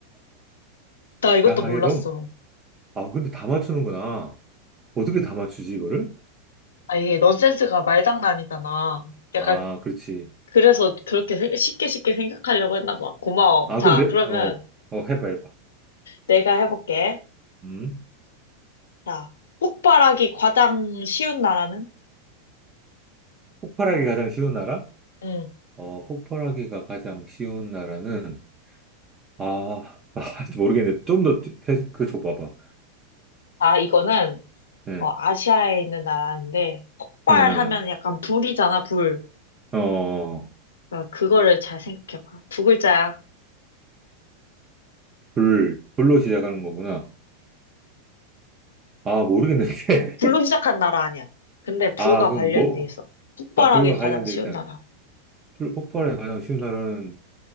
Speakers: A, on the left; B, on the right.
A: 나 이것도
B: 야,
A: 몰랐어.
B: 이게 너무, 아, 근데 다 맞추는구나. 어떻게 다 맞추지, 이거를?
A: 아, 이게 넌센스가 말장난이잖아. 약간,
B: 아, 그렇지.
A: 그래서 그렇게 생- 쉽게 쉽게 생각하려고 했나 봐. 고마워.
B: 아,
A: 자,
B: 그럼 내,
A: 그러면
B: 어, 어, 해봐, 해봐.
A: 내가 해볼게.
B: 음?
A: 자, 폭발하기 가장 쉬운 나라는?
B: 폭발하기 가장 쉬운 나라?
A: 응.
B: 어, 폭발하기가 가장 쉬운 나라는, 아, 아, <laughs> 모르겠네. 좀 더, 그, 줘봐봐.
A: 아, 이거는,
B: 응,
A: 어, 아시아에 있는 나라인데, 폭발하면
B: 응,
A: 약간 불이잖아, 불.
B: 어. 어.
A: 그러니까 그거를 잘 생각해봐. 두 글자야.
B: 불, 불로 시작하는 거구나. 아, 모르겠는데.
A: 불로 시작한 나라 아니야. 근데
B: <laughs>
A: 불과
B: 아, 그럼
A: 관련이
B: 뭐,
A: 돼 있어. 폭발하기
B: 아, 불과
A: 가장
B: 관련돼
A: 쉬운
B: 있다.
A: 나라.
B: 불, 폭발에 가장 쉬운 나라는,